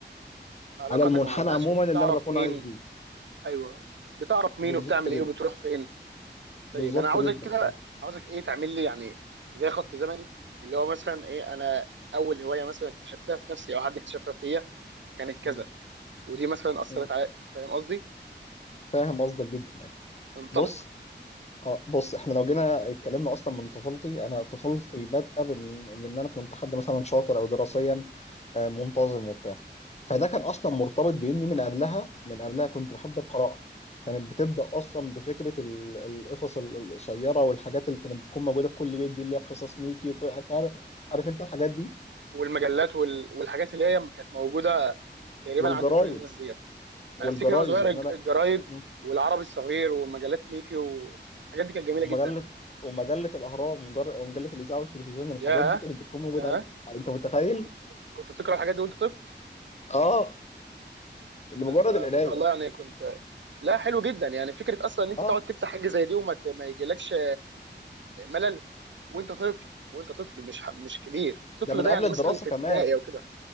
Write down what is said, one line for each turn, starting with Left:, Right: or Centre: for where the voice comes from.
Right: علاقاتك
Left: على المنحنى
Right: مع الناس
Left: عموما
Right: وبتعرف
Left: اللي انا بكون
Right: مين
Left: عايش بيه
Right: ايوه بتعرف مين
Left: بالظبط
Right: وبتعمل
Left: جدا
Right: ايه وبتروح فين طيب
Left: بالظبط
Right: انا عاوزك
Left: جدا
Right: كده
Left: اه
Right: عاوزك ايه تعمل لي يعني زي خط زمني اللي هو مثلا ايه انا اول هواية مثلا اكتشفتها في نفسي او حد اكتشفها فيا كانت كذا
Left: م-
Right: ودي مثلا اثرت
Left: م.
Right: على فاهم قصدي؟
Left: فاهم قصدك جدا يعني
Right: انطلق
Left: بص اه بص احنا لو جينا اتكلمنا اصلا من طفولتي انا طفولتي بادئه بان بان انا كنت حد مثلا شاطر او دراسيا آه، منتظم وبتاع فده كان اصلا
Right: يعني
Left: مرتبط باني من قبلها من قبلها كنت بحب القراءه كانت بتبدا اصلا بفكره ال- القصص ال- القصيره والحاجات اللي كانت بتكون موجوده في كل بيت دي اللي هي قصص ميكي وكل عارف عارف انت الحاجات دي
Right: والمجلات وال... والحاجات اللي هي كانت موجوده تقريبا
Left: والجرايد
Right: عند كل الناس ديت
Left: والجرايد
Right: انا افتكر وانا صغير
Left: يعني
Right: الج-
Left: انا
Right: الجرايد
Left: م.
Right: والعربي الصغير ومجلات ميكي والحاجات دي كانت جميله
Left: ومجله
Right: جدا
Left: ومجله الاهرام ومجر- ومجله الاذاعه والتلفزيون الحاجات
Right: ياه
Left: دي كانت بتكون موجوده
Right: ياه
Left: عند انت متخيل؟
Right: كنت كنت كنت بتقرا الحاجات دي وانت طفل
Left: اه لمجرد
Right: ده انت ما
Left: القرايه
Right: شاء الله يعني كنت لا حلو جدا يعني فكره اصلا ان انت
Left: اه
Right: تقعد تفتح حاجه زي دي وما ت- ما يجيلكش ملل وانت طفل وانت طفل مش ح- مش كبير الطفل
Left: ده من
Right: ده
Left: قبل
Right: يعني
Left: الدراسه
Right: مثلا في
Left: كمان
Right: ابتدائي او كده